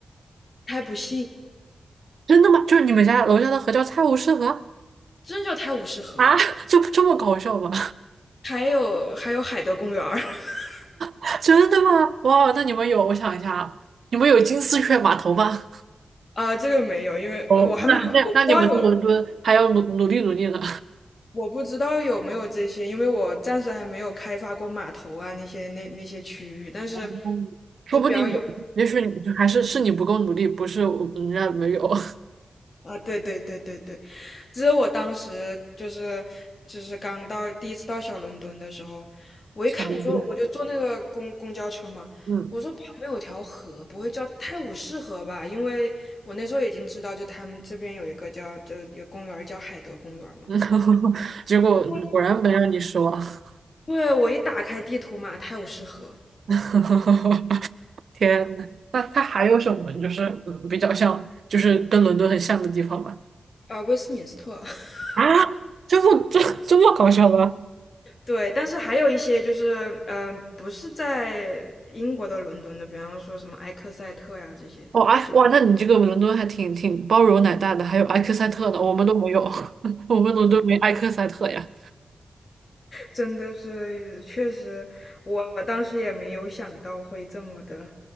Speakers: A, on the left; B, on the right.
A: 他还不信，
B: 真的吗？就是你们家楼下的河叫菜无市河
A: 真的叫泰晤士河。
B: 啊？<laughs> 就这么搞笑吗？
A: 还有还有海德公园儿，<laughs>
B: <laughs> 真的吗？哇，那你们有，我想一下啊，你们有金丝雀码头吗？
A: 啊，这个没有，因为我还没有，
B: 哦，那那那你们去伦敦还要努努力努力呢，
A: 我不知道有，我不知道有没有这些，因为我暂时还没有开发过码头啊那些那那些区域，但是
B: <laughs> 嗯说不定有，
A: 就比较有
B: 也许你就还是是你不够努力，不是我人家没有。<laughs>
A: 啊，对对对对对。其实我当时就是就是刚到第一次到小伦敦的时候，我一看我说我就坐那个公公交车嘛，
B: 哦对嗯，
A: 我说旁边有条河，不会叫泰晤士河吧？因为我那时候已经知道，就他们这边有一个叫就有公园儿叫海德公园儿嘛。
B: 嗯 <laughs> 结果果然没让你失望。
A: 我会，对，我一打开地图嘛，泰晤士河，
B: <laughs> 天呐，那它还有什么就是嗯比较像，就是跟伦敦很像的地方吗？
A: 呃，威斯敏斯特，<laughs>
B: 啊，这么这这么搞笑吗？
A: 对，但是还有一些就是，嗯、不是在英国的伦敦的，比方说什么埃克塞特呀这些，
B: 哦，哎，
A: 就。
B: 哇，那你这个伦敦还挺挺包容奶大的，还有埃克塞特呢，我们都没有，<laughs> 我们伦敦没埃克塞特呀。
A: 真的是，确实，我当时也没有想到会这么的。